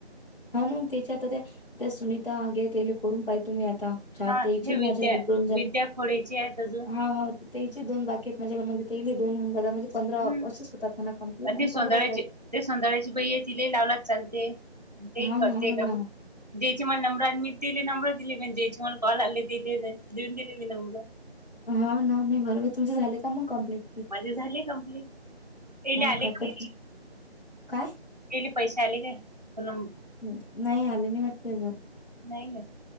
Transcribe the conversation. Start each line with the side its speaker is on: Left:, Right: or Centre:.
Left: हा. मग, त्याच्या आता ते सुनीता आगे तेन करून पाहिल. तुम्ही आता <unintelligible>
Right: हा
Left: द्यायची
Right: हे विद्या
Left: माझ्याकडून झालं
Right: विद्या खोडेचे आहेत अजून
Left: हा. हा. तेची दोन बाकी आहेत माझ्याला म्हणजे तेले दोन होन जादा म्हणजे पंधरा
Right: हम्म
Left: असंच होतात, मला कंम्लिट
Right: पण
Left: आणि
Right: ती सोंदळ्याची
Left: पंधराच आहेत.
Right: ते सौंदळ्याची बाई आहे तिले ही लावला चालते तेही
Left: हाव
Right: करते
Left: ना मला
Right: का ज्याचे मला नंबरान मी तेले नंबर दिले मंग ज्याचे मला कॉल आले तेले देऊन गेले मी नंबर.
Left: हा ना नाही बरोबर तुमचे झाले का? मग कंम्प्लीट.
Right: मले झाले कंप्लीट, तेला
Left: हाव
Right: आले
Left: काय
Right: का.
Left: तर काय?
Right: गेले पैसे आले म्हणून.
Left: हम्म. नाही आले. नाही वाटते अजून.
Right: नाही ग.